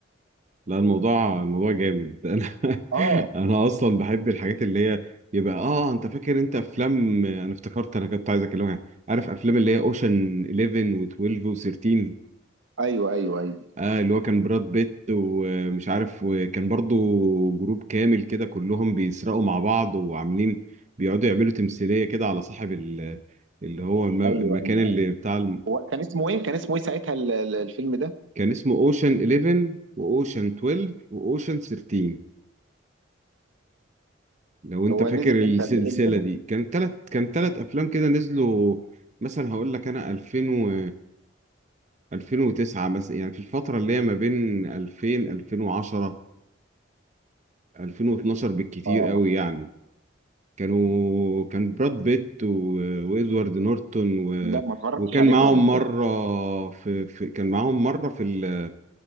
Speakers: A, on the right; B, on the right.
A: لا الموضوع الموضوع جامد <laughs> انا
B: اه
A: انا اصلا بحب الحاجات اللي هي يبقى اه انت فاكر انت افلام انا افتكرت انا كنت عايز اكلمك عارف افلام اللي هي اوشن 11 و12 و13
B: ايوه ايوه ايوه
A: اه اللي هو كان براد بيت ومش عارف وكان برضو جروب كامل كده كلهم بيسرقوا مع بعض وعاملين بيقعدوا يعملوا تمثيلية كده على صاحب ال- اللي هو الم- المكان
B: ايوه ايوه
A: اللي بتاع الم...
B: هو كان اسمه ايه؟ كان اسمه ايه ساعتها ال- ال- الفيلم ده؟
A: كان اسمه اوشن 11 واوشن 12 واوشن 13 لو انت
B: هو
A: فاكر
B: نزل
A: السلسله
B: امتى ال- امتى ده؟
A: دي كان تلت كان تلت افلام كده نزلوا مثلا هقول لك انا 2000 و 2009 مثلا يعني في الفتره اللي هي ما بين 2000 2010 2012 بالكتير
B: اه
A: قوي يعني كانوا كان براد بيت و... وادوارد نورتون و...
B: لا ما اتفرجتش
A: وكان
B: عليه
A: معاهم
B: خالص
A: مره
B: ده
A: في... في كان معاهم مره في ال...